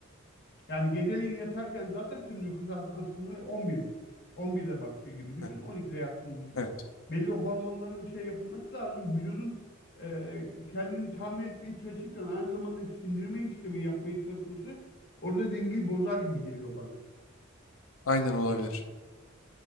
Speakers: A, on the left; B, on the left.
A: Yani geceliğin yatarken zaten senin uyku saatin aslında 11. 11'de başlıyor gibi düşün.
B: Evet.
A: 12'de yattığını düşün.
B: evet.
A: Belli hormonların şey yapılması lazım. Vücudun e, kendini tamir etmeye çalışırken aynı zamanda sindirme işlemi yapmaya çalışması orada dengeyi bozar gibi geliyor bana.
B: Aynen olabilir.